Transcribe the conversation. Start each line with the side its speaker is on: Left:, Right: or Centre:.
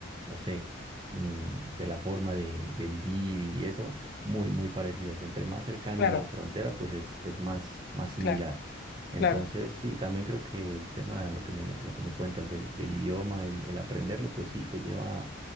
Right: no sé, mm, de la forma de, de vivir y eso, muy, muy parecidas. Entre más cercano
Left: Claro,
Right: a la frontera, pues es, es más, más similar.
Left: claro,
Right: Entonces,
Left: claro.
Right: sí, también creo que el tema de lo que me, lo que me cuentas del, del idioma, el, el aprenderlo, pues sí, te lleva